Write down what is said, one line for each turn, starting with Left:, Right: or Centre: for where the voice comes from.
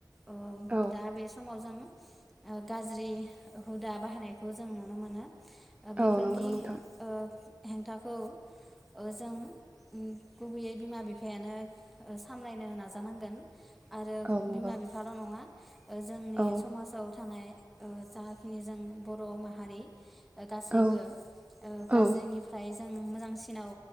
Centre: अ
Right: औ
Centre: दा बे समाव जों गाज्रि हुदा बाहायनायखौ जों नुनो मोनो। ओ बेफोरनि
Right: औ नंगौ नोंथां
Centre: ओ हेंथाखौ ओ जों गुबैयै बिमा बिफायानो ओ सामलायनो नाजानांगोन। आरो
Right: औ नंगौ
Centre: बिमा बिफाल नङा ओ जोंनि
Right: औ
Centre: समाजाव थानाय ओ जाखिनि जों बर' माहारि ओ गासैबो
Right: औ
Centre: ओ गाज्रिनिफ्राय
Right: औ
Centre: जों मोजांसिनाव